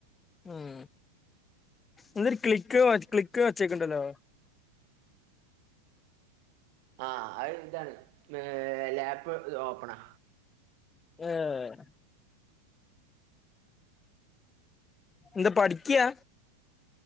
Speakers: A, on the left; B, on the right.
A: ഉം എന്തൊരു ക്ലിക്ക് ക്ലിക്ക് ഒച്ചേക്കണ്ടല്ലോ
B: ആഹ് അത് ഇതാണ്. ഏഹ് ലാപ്പ് ഓപ്പണാ
A: <unintelligible> അതെ എന്താ പഠിക്ക്യാ